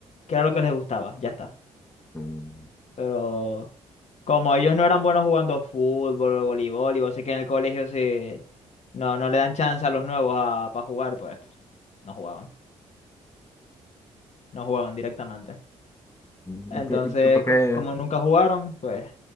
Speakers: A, on the left; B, on the left.
A: que era lo que les gustaba, ya está.
B: Mm,
A: Pero como ellos no eran buenos jugando fútbol o voleibol, y vos sé que en el colegio se, no, no le dan chance a los nuevos para jugar, pues no jugaban. no jugaban directamente.
B: mm,
A: Entonces,
B: ¿Y, qué- y por qué,
A: co- como nunca jugaron, pues